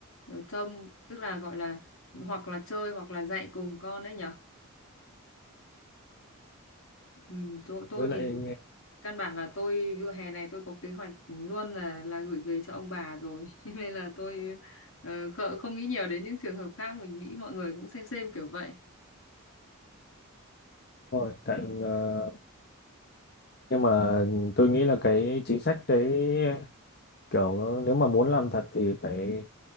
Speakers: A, on the left; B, on the left.
A: ờ, trông tức là gọi là hoặc là chơi hoặc là dạy cùng con đấy nhỉ Ừ, tôi, tôi
B: với lại
A: thì căn bản là tôi vụ hè này tôi có kế hoạch luôn là là gửi về cho ông bà rồi <laughs> nên là tôi ờ, khợ- không nghĩ nhiều đến những trường hợp khác mình nghĩ mọi người cũng xem xem kiểu vậy
B: thôi tại ờ, nhưng mà tôi nghĩ là cái chính sách đấy kiểu nếu mà muốn làm thật thì phải